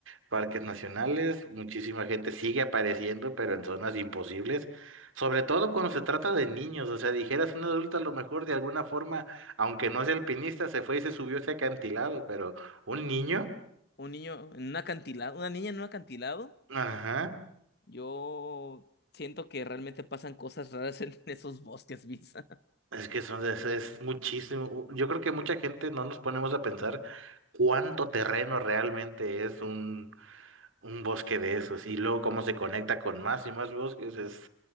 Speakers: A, on the right; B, on the left.
A: parques nacionales. Muchísima gente sigue apareciendo, pero en zonas imposibles. Sobre todo cuando se trata de niños. O sea, dijeras un adulto a lo mejor de alguna forma, aunque no sea alpinista, se fue y se subió a ese acantilado, pero un niño.
B: Un niño en un acantilado, una niña en un acantilado.
A: Ajá.
B: Yo siento que realmente pasan cosas raras en esos bosques, Visa.
A: Es que son, es, es muchísimo. Yo creo que mucha gente no nos ponemos a pensar cuánto terreno realmente es un, un bosque de esos y luego cómo se conecta con más y más bosques. Es,